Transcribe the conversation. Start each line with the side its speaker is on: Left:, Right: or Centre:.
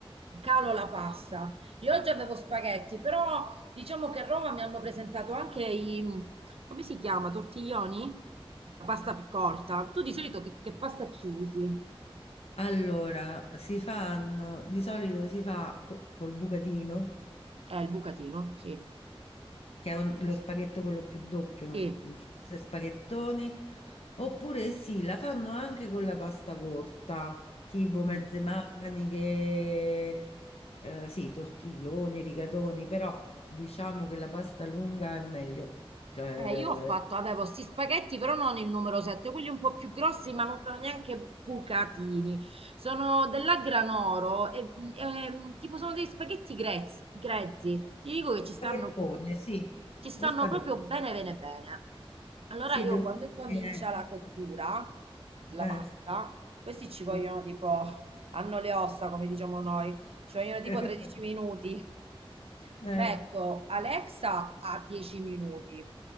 Right: calo la pasta. Io oggi avevo spaghetti, però diciamo che a Roma mi hanno presentato anche i, come si chiama, tortiglioni? La pasta più corta. Tu di solito che che pasta ci usi?
Left: Allora, si fanno, di solito si fa co- col bucatino,
Right: Eh, il bucatino, sì.
Left: che è un- lo spaghetto quello più doppio, uno
Right: Sì,
Left: sp- un spazio di spaghettoni, oppure sì, la fanno anche con la pasta corta, tipo mezze
Right: mh.
Left: maniche, eh, sì, tortiglioni, rigatoni, però diciamo che la pasta lunga è meglio. Cioè,
Right: Eh, io ho fatto, avevo sti spaghetti, però non il numero 7, quelli un po' più grossi, ma non sono neanche bucatini. Sono della Granoro, e, e, tipo sono dei spaghetti grezzi, grezzi. Ti dico che
Left: lo
Right: ci
Left: spaghettone,
Right: stanno,
Left: sì,
Right: ci stanno
Left: lo spaghettone.
Right: proprio bene, bene, bene. Allora
Left: Sì,
Right: io
Left: devo
Right: quando incomincia
Left: dire che
Right: la cottura,
Left: è-
Right: la
Left: eh,
Right: pasta, questi ci
Left: sì.
Right: vogliono tipo, hanno le ossa, come diciamo noi, ci vogliono
Left: <laughs>
Right: tipo 13 minuti.
Left: Eh,
Right: Metto Alexa a 10 minuti.